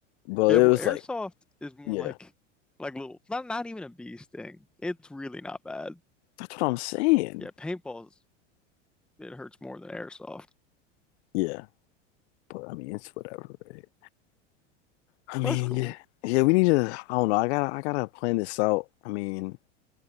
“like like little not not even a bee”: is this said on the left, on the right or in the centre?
Centre